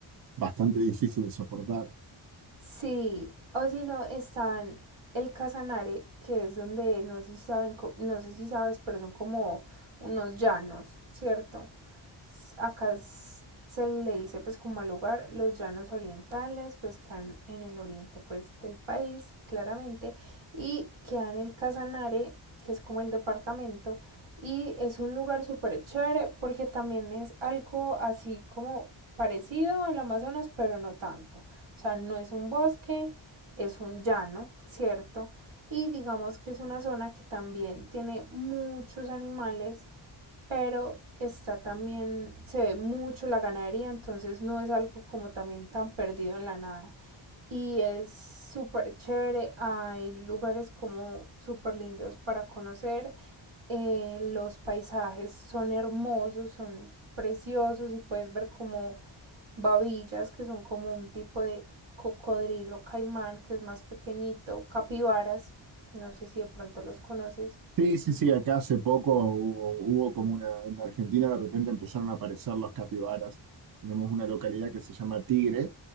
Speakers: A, on the right; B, on the right.
A: bastante difícil de soportar.
B: Sí, o si no, están el Casanare, que es donde no sé si saben, co- no sé si sabes, pero son como unos llanos, ¿cierto? acá se le dice pues como al lugar los llanos orientales, pues quedan en el oriente pues del país claramente y queda en el Casanare, que es como el departamento y es un lugar súper chévere porque también es algo así como parecido al Amazonas, pero no tanto. O sea, no es un bosque, es un llano, ¿cierto? Y digamos que es una zona que también tiene muchos animales pero está también, se ve mucho la ganadería, entonces no es algo como también tan perdido en la nada. Y es súper chévere, hay lugares como súper lindos para conocer, eh, los paisajes son hermosos, son preciosos y puedes ver como babillas que son como un tipo de cocodrilo caimán que es más pequeñito, capibaras, no sé si de pronto los conoces.
A: Sí, sí, sí, acá hace poco hubo, hubo como una, en Argentina de repente empezaron a aparecer los capibaras. Tenemos una localidad que se llama Tigre,